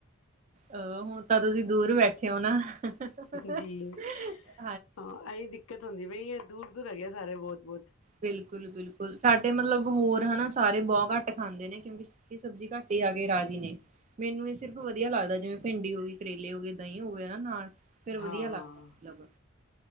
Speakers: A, on the right (about 35°); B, on the left (about 80°).
A: ਅਹ ਹੁਣ ਤਾਂ ਤੁਸੀ ਦੂਰ ਬੈਠੇ ੳ ਨਾ। <inaudible>
B: ਜੀ ਹਾਂ ਏਹੀ ਦਿੱਕਤ ਹੁੰਦੀ ਪਈ ਏ, ਦੂਰ-ਦੂਰ ਹੈਗੇ ਸਾਰੇ ਬੋਤ-ਬੋਤ।
A: ਬਿਲਕੁਲ- ਬਿਲਕੁਲ। ਸਾਡੇ ਮਤਲਬ ਹੋਰ ਹ ਨਾ ਸਾਰੇ, ਬੋਤ ਘੱਟ ਖਾਂਦੇ ਨੇ ਕਿਉਂਕਿ ਸੁਕੀ ਸਬਜ਼ੀ ਘੱਟ ਹੀ ਆ ਗੇ ਰਾਜੀ ਨੇ। ਮੈਨੂੰ ਇਹ ਸਿਰਫ ਵਧੀਆ ਲੱਗਦਾ ਜਿਵੇਂ ਭਿੰਡੀ ਹੋ ਗਈ, ਕਰੇਲੇ ਹੋ ਗਏ, ਦਹੀਂ ਹੋ ਗਿਆ ਨਾ ਨਾਲ। ਫੇਰ ਵਧੀਆ
B: ਹਾਂ
A: ਲੱਗਦਾ
B: ਹਾਂ
A: ਮਤਲਬ